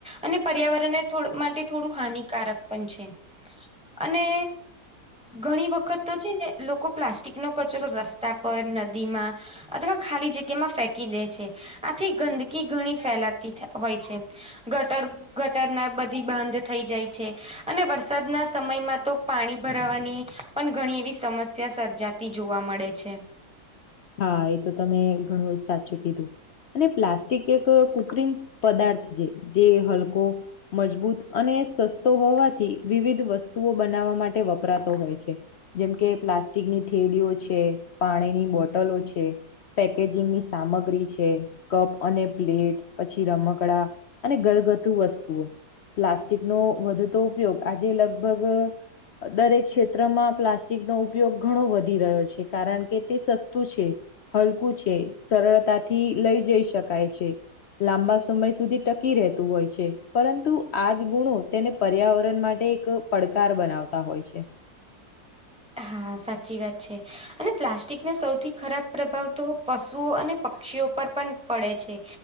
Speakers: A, in the centre; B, on the left.
A: અને પર્યાવરણને થોડુ માટે થોડું હાનિકારક પણ છે. અને ઘણી વખ તો તો છે ને લોકો પ્લાસ્ટિકનો કચરો લોકો રસ્તા પર, નદીમાં અથવા ખાલી જગ્યામાં ફેંકી દે છે. આથી ગંદકી ઘણી ફેલાતી થ હોય છે. ઘટર ઘટરના બધી બાંધ થઇ જાય છે. અને વરસાદના સમયમાં તો પાણી ભરાવાની પણ ઘણી એવી સમસ્યા સર્જાતી જોવા મળે છે.
B: હા એ તો તમે ઘણુંય સાચું કીધું. અને પ્લા સ્ટીક એક કુત્રિમ પદાર્થ જે જે હલકો મજબૂત અને સસ્તો હોવાથી વિવિધ વસ્તુઓ બનાવવા માટે વપરાતો હોય છે. જેમ કે, પ્લાસ્ટિકની થેલીઓ છે, પાણીની બોટલો છે. પેકેજિંગની સામગ્રી છે, કપ અને પ્લેટ પછી રમકડા અને ઘરગથુ વસ્તુઓ પ્લાસ્ટિકનો વધતો ઉપયોગ આજે લગભગ દરેક ક્ષેત્રમાં પ્લાસ્ટિકનો ઉપયોગ ઘણો વધી રહ્યો છે. કારણ કે તે સસ્તું છે. હલકું છે. સરળતાથી લઈ જઈ શકાય છે. લાંબા સમય સુધી ટકી રહેતું હોય છે. પરંતુ આજ ગુણો તેને પર્યાવરણ માટે એક પડકાર બનાવતા હોય છે.
A: આહાહા સાચી વાત છે અને પલાસ્ટિકનો સૌથી ખરાબ પ્રભાવ તો પશુ અને પ ક્ષીઓ પર પણ પડે છે.